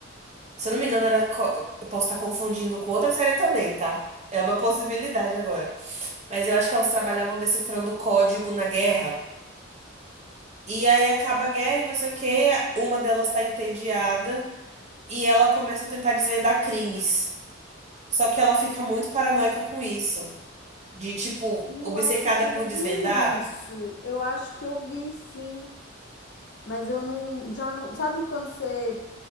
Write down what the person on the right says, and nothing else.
Se eu não me engano, era. co- Eu posso estar confundindo com outra série também, tá? É uma possibilidade agora. Mas eu acho que elas trabalhavam decifrando código na guerra. E aí acaba a guerra e não sei o quê. Uma delas tá entediada e ela começa a tentar desvendar crimes. Só que ela fica muito paranoica com isso. De tipo,
obcecada
por
desvendar.